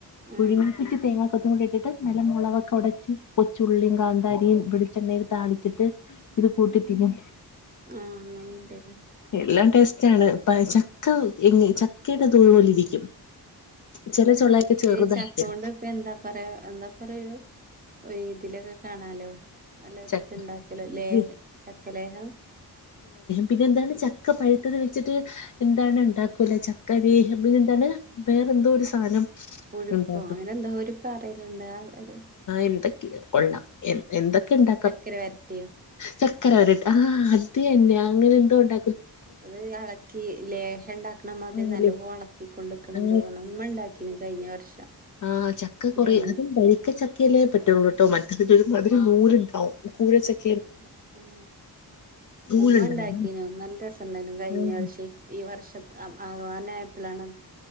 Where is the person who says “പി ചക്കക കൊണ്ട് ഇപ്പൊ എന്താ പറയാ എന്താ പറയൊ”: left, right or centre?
Right